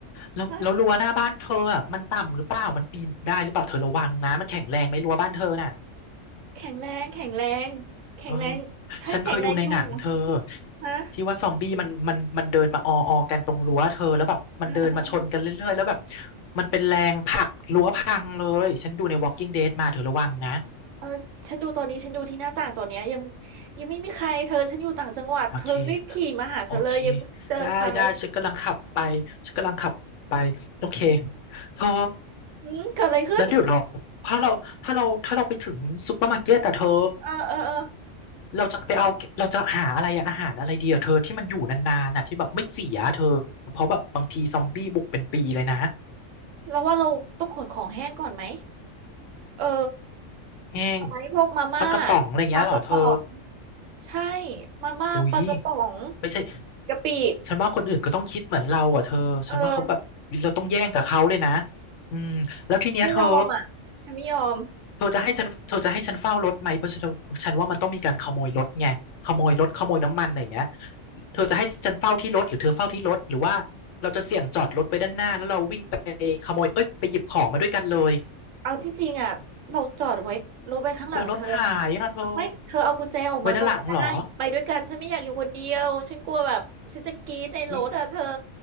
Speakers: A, on the left; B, on the right.
A: แล้วแล้วรั้วหน้าบ้านเธออ่ะมันต่ำหรือเปล่ามันปีนได้หรือเปล่าเธอระวังนะมันแข็งแรงไหมรั้วบ้านเธอน่ะ
B: ฮะแข็งแรงแข็งแรงแข็งแรงใช่แข็งแรงอยู่
A: เออฉันเคยดูในหนังเธอ
B: ฮะ
A: ที่ว่าซอมบี้มันมันมันเดินมาออออกันตรงรั้วเธอแล้วแบบมันเดินมาชนกันเรื่อยๆแล้วแบบ
B: เออเออเออ
A: มันเป็นแรงผลักรั้วพังเลยฉันดูใน Walking Dead มาเธอระวังนะ
B: เออฉันดูตอนนี้ฉันดูที่หน้าต่างตอนเนี้ยยังยังไม่มีใครเธอฉันอยู่ต่างจังหวัดเธอรีบขี่มาหาฉันเลยยังไม่เจอใคร
A: โอเคโอเคได้ได้ฉันกำลังขับไปฉันกำลังขับไปโอเคเธอ
B: อืมเกิดอะไรขึ้น
A: แล้วเดี๋ยวเราถ้าเราถ้าเราถ้าเราไปถึงซุปเปอร์มาร์เก็ตแต่เธอ
B: เออ เออ เออ
A: เราจะไปเอาเราจะหาอะไรอะอาหารอะไรดีอะเธอที่มันอยู่นานๆน่ะที่แบบไม่เสียเธอเพราะแบบบางทีซอมบี้บุกเป็นปีเลยนะ
B: เราว่าเราต้องขนของแห้งก่อนไหม เออ
A: แห้ง
B: เอาไมพวกมาม่า
A: ปลากระป๋องอะไรเงี้ยเหรอเธอ
B: ปลากระป๋องใช่มาม่าปลากระป๋อง
A: อุ้ยไม่ใช่
B: กะปิ
A: ฉันว่าคนอื่นก็ต้องคิดเหมือนเราอ่ะเธอฉันว่าเขาแบบเราต้องแย่งกับเขาเลยนะ
B: เออ
A: อืมแล้วทีเนี้ยเธอ
B: ไม่ยอมอ่ะฉันไม่ยอม
A: เธอจะให้ฉันเธอจะให้ฉันเฝ้ารถไหมเพราะฉันฉันว่ามันต้องมีการขโมยรถไงขโมยรถขโมยน้ำมันอะไรอย่างเงี้ยเธอจะให้ฉันเฝ้าที่รถหรือเธอเฝ้าที่รถหรือว่าเราจะเสี่ยงจอดรถไว้ด้านหน้าแล้วเราวิ่งไปขโมยเอ้ยไปหยิบของมาด้วยกันเลย
B: เอาที่จริงอ่ะเราจอดไว้รถไว้ข้างหลังเธอ
A: กลัวรถหายอ่ะเธอ
B: ไม่เธอเอากุญแจออกมาก่อนก็ได้ไปด้วยกันฉันไม่อยากอยู่คนเดียวฉันกลัวแบบฉันจะกรี๊ดในรถอ่ะเธอ
A: ไว้ด้านหลังเหรออุ้ย